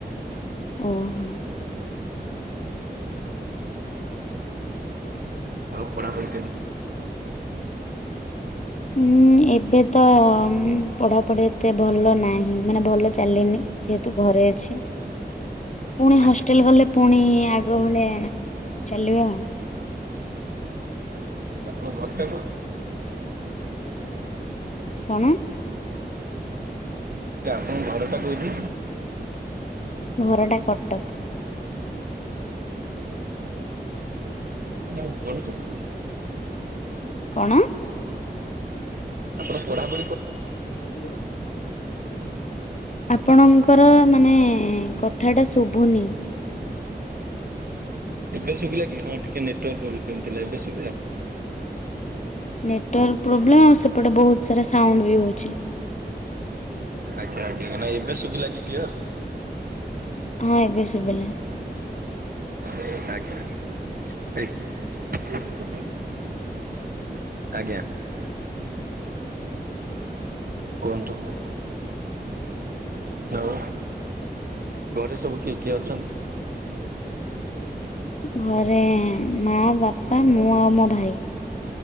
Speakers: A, on the left; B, on the right.
A: ଉଁ ହୁଁ।
B: ଆଉ ପଢାପଢ଼ି କେ
A: ଉଁ ଏବେ ତ ପଢାପଢି ଏତେ ଭଲ ନାହିଁ ମାନେ ଭଲ ଚାଲିନି। ଯେହେତୁ ଘରେ ଅଛି। ପୁଣି
B: କେମିତି
A: ହଷ୍ଟେଲ ଗଲେ ପୁଣି ଆଗ ଭଳିଆ ଚାଲିବ ଆଉ।
B: <inaudible> ତମ ଘରଟା
A: କଣ?
B: ତମ ଘରଟା କୋଉଠି?
A: ମୋ ଘରଟା କଟକ।
B: ତମେ ପଢିଚନ୍ତି କଉଠି।
A: କଣ?
B: ଆପଣ ପଢ଼ା ପଢି
A: <unintelligible> ଆପଣଙ୍କର ମାନେ କଥା ଟା ଶୁଭୁନି।
B: ଏବେ ଶୁଭିଲା କି ହଁ ଟିକେ ନେଟୱାର୍କ ପ୍ରୋବ୍ଲେମ୍ ଥିଲା ଏବେ ଶୁିଭିଲା।
A: ନେଟୱାର୍କ ପ୍ରୋବ୍ଲେମ ଆଉ ସେପଟେ ବହୁତ ସାରା ସାଉଣ୍ଡ ବି ହଉଛି।
B: ଆଜ୍ଞା ଆଜ୍ଞା ନାଇ ଏବେ ଶୁଭିଲା କି କ୍ଲିଅର।
A: ହଁ ଏବେ ଶୁଭିଲା।
B: ଆଜ୍ଞା। ଆଜ୍ଞା।
A: <inaudible>
B: କୁହନ୍ତୁ? ଆଉ ଘରେ ସବୁ କିଏ କିଏ ଅଛନ୍ତି?
A: ଘରେ ମା, ବାପା, ମୁଁ ଆଉ ମୋ ଭାଇ।